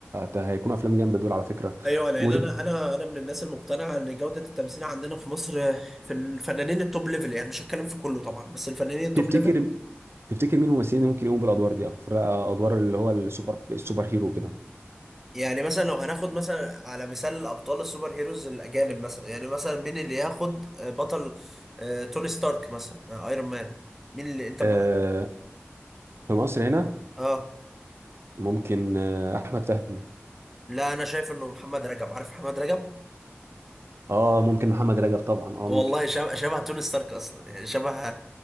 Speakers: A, on the right; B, in the centre.
A: ده هيكون افلام جامده دول على فكره
B: ايوه لان
A: مم.
B: انا انا انا من الناس المقتنعه ان جوده التمثيل عندنا في مصر في الفنانين التوب ليفل يعني مش هتكلم في كله طبعا بس الفنانين التوب
A: وتفتكر
B: ليفل
A: تفتكر مين الممثلين اللي ممكن يقوموا بالادوار دي او في ادوار اللي هو السوبر السوبر هيرو كده
B: يعني مثلا لو هناخد مثلا على مثال ابطال السوبر هيروز الاجانب مثلا يعني مثلا مين اللي ياخد بطل آه، توني ستارك مثلا آه، ايرون مان مين اللي انت ب-
A: آه في مصر هنا
B: اه
A: ممكن آه احمد فهمي
B: لا انا شايف انه محمد رجب عارف محمد رجب
A: اه ممكن محمد رجب طبعا اه
B: والله
A: ممكن
B: شبه شبه توني ستارك اصلا يعني شبه